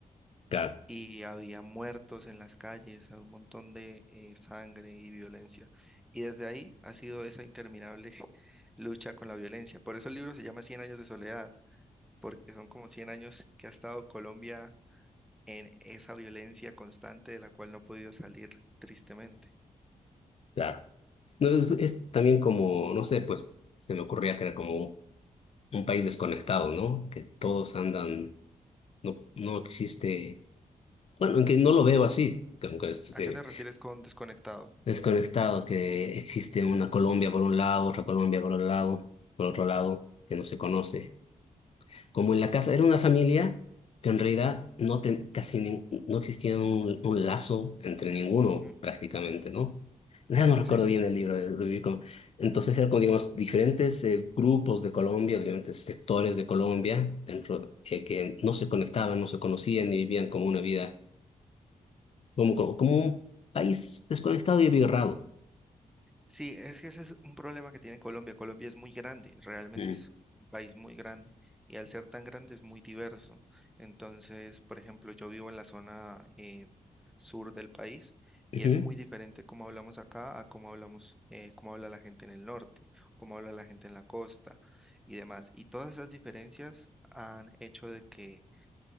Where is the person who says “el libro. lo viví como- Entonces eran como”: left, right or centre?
Left